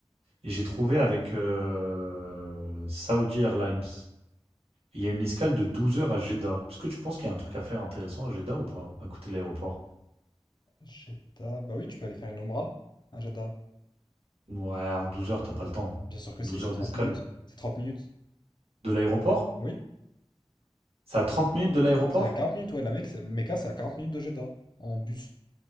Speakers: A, on the right; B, on the left.
A: Et j'ai trouvé avec euh, Saudi Airlines. Il y a une escale de 12 heures à Jeddah. Est-ce que tu penses qu'il y a un truc à faire intéressant à Jeddah ou pas, à côté de l'aéroport?
B: Jeddah. Bah oui, tu peux aller faire une Omra à Jeddah.
A: Ouais, en douze heures, t'as pas le temps.
B: Bien sûr que
A: 12
B: si, c'est
A: heures
B: 30
A: d'escale.
B: minutes. C'est 30 minutes.
A: De l'aéroport?
B: Oui.
A: C'est à trente minutes de l'aéroport?
B: C'est à 40 minutes, ouais. La Mecque, c'est- Mecca, c'est à 40 minutes de Jeddah. En bus.